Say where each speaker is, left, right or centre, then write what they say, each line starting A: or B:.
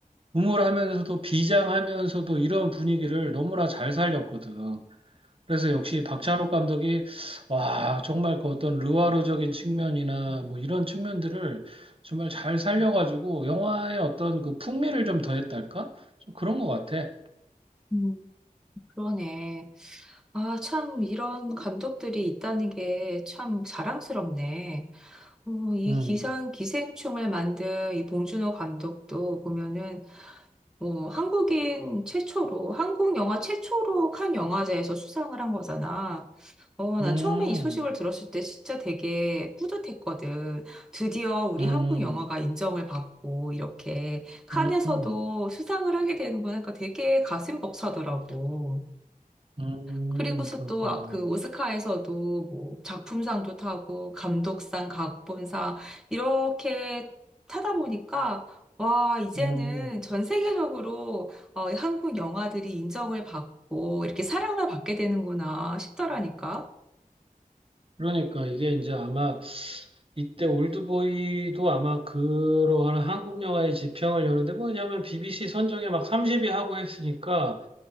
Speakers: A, on the right; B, in the centre.
A: 음울하면서도 비장하면서도 이런 분위기를 너무나 잘 살렸거든. 그래서 역시 박찬욱 감독이 와 정말 그 어떤 르와르적인 측면이나 뭐 이런 측면들을 정말 잘 살려가지고 영화의 어떤 그 풍미를 좀 더했달까? 좀 그런 것 같아.
B: 음. 그러네. 아, 참, 이런 감독들이 있다는 게 참 자랑스럽네. 어, 이
A: 음,
B: 기상 기생충을 만든 이 봉준호 감독도 보면은 뭐 한국인 최초로 한국 영화 최초로 칸 영화제에서 수상을 한 거잖아. 어,
A: 음,
B: 나 처음에 이 소식을 들었을 때 진짜 되게 뿌듯했거든. 드디어 우리
A: 음,
B: 한국 영화가 인정을 받고 이렇게 칸에서도
A: 음,
B: 수상을 하게 되는구나. 그러니까 되게 가슴 벅차더라고.
A: 음,
B: 그리고서
A: 그렇구나.
B: 또 아, 그 오스카에서도 뭐 작품상도 타고 감독상, 각본상 이렇게 타다 보니까 와, 이제는
A: 음,
B: 전 세계적으로 어, 한국 영화들이 인정을 받고 이렇게 사랑을 받게 되는구나 싶더라니까.
A: 그러니까 이게 이제 아마 이때 올드보이도 아마 그러한 한국 영화의 지평을 여는데 뭐냐면 BBC 선정에 막 30위 하고 했으니까.